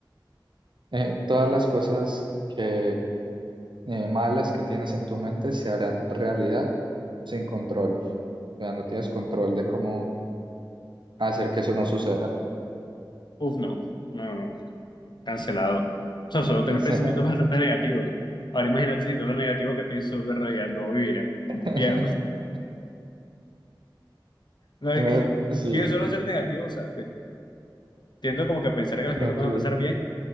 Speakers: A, on the right; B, on the left.
A: Eh, todas las cosas que, eh, malas que tienes en tu mente se harán realidad sin control. O sea, no tienes control de cómo hacer que eso no suceda.
B: Uf, no. No, no. cancelado. O sea, solo tener
A: <laughs> O sea,
B: pensamientos <laughs> bastante negativos. Ahora imagínate si todo lo negativo que pienso sobre realidad no vivirían.
A: <laughs>
B: Viviéramos. <laughs> No, es
A: no,
B: que,
A: sí,
B: digo, solo ser negativo, o sea, pues, tiendo como que a pensar que las cosas
A: ok,
B: van a pasar bien,